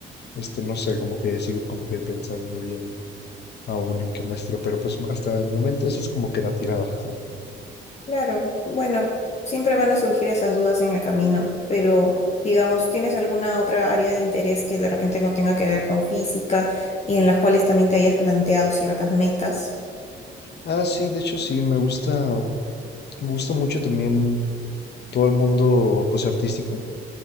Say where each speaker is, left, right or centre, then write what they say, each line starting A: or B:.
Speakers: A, on the left; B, on the left.
A: este, no sé, como que sigo como que pensando bien aún en qué maestría, pero pues hasta el momento eso es como que la tirada. <laughs>
B: Claro, bueno, siempre van a surgir esas dudas en el camino, pero digamos, ¿tienes alguna otra área de interés que de repente no tenga que ver con física y en las cuales también te hayas planteado ciertas metas?
A: Ah, sí, de hecho sí, me gusta, me gusta mucho también todo el mundo, pues artístico.